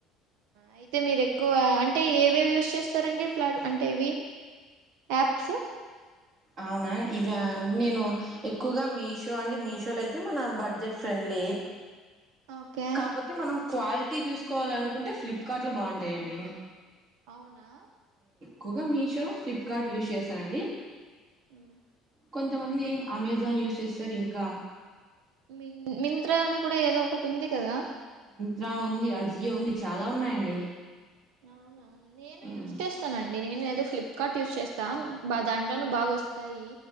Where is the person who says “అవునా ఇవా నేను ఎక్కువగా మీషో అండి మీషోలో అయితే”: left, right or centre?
Right